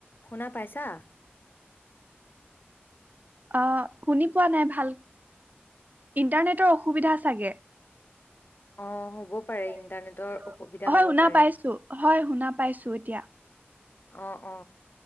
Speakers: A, on the left (about 55°); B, on the right (about 45°).
A: শুনা পাইছা?
B: অ, শুনি পোৱা নাই ভাল, ইণ্টাৰনেটৰ অসুবিধা চাগে।
A: অ'
B: হ'ব পাৰে।
A: ইণ্টাৰনেটৰ অসুবিধা
B: হয়
A: হ'ব
B: শুনা
A: পাৰে।
B: পাইছোঁ, হয় শুনা পাইছোঁ এতিয়া।
A: অ অ।